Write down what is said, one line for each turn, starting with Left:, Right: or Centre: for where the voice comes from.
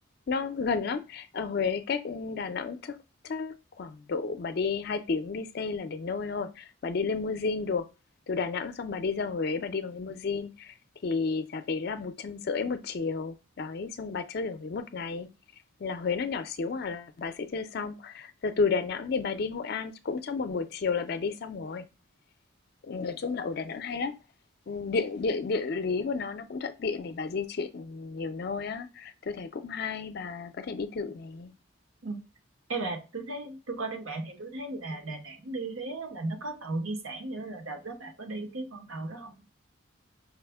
Left: nó gần lắm. Ở Huế cách Đà Nẵng chắc chắc khoảng độ bà đi 2 tiếng đi xe là đến nơi thôi. Bà đi limousine được. Từ Đà Nẵng xong bà đi ra Huế, bà đi bằng limousine thì giá vé là một trăm rưỡi một chiều. Đấy, xong bà chơi ở Huế một ngày. Là Huế nó nhỏ xíu à là bà sẽ chơi xong. Giờ từ Đà Nẵng thì bà đi Hội An cũng trong một buổi chiều là bà đi xong rồi. Nói chung là ở Đà Nẵng hay lắm. Ừ, địa địa địa lý của nó nó cũng thuận tiện để bà di chuyển nhiều nơi á tôi thấy cũng hay bà có thể đi thử này
Right: ừ. ê bà tôi thấy tôi coi trên mạng thì tôi thấy là Đà Nẵng đi Huế á, là nó có tàu di sản nữa là đợt đó bà có đi cái con tàu đó không